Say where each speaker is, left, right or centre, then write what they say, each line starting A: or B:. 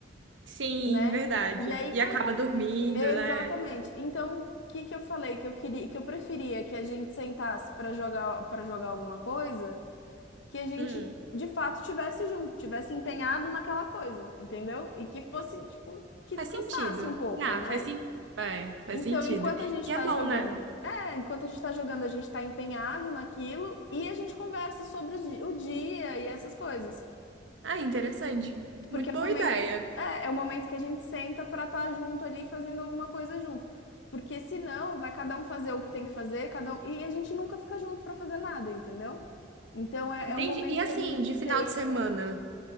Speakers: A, on the right; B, on the left.
A: Sim,
B: né?
A: verdade.
B: E aí,
A: E
B: quando,
A: acaba dormindo,
B: Exatamente.
A: né?
B: Então, o que que eu falei que eu queria, que eu preferia que a gente sentasse para jogar para jogar alguma coisa, que a gente
A: Hum,
B: de fato tivesse junto, tivesse empenhado naquela coisa, entendeu? E que fosse tipo que
A: faz
B: descansasse
A: sentido.
B: um pouco,
A: Ah,
B: né?
A: faz sim. É, faz
B: Então,
A: sentido.
B: enquanto a gente está
A: E é bom,
B: jogando,
A: né?
B: é, enquanto a gente está jogando, a gente está empenhado naquilo e a gente conversa sobre os di- o dia e essas coisas.
A: Ah, interessante.
B: Porque
A: Muito
B: é o
A: boa
B: momento,
A: ideia.
B: é, é o momento que a gente senta para estar junto ali fazendo alguma coisa junto. Porque senão vai cada um fazer o que tem que fazer, cada um, e a gente nunca fica junto para fazer nada, entendeu? Então é,
A: Entendi.
B: é o momento
A: E assim,
B: que a gente
A: de
B: senta.
A: final de semana?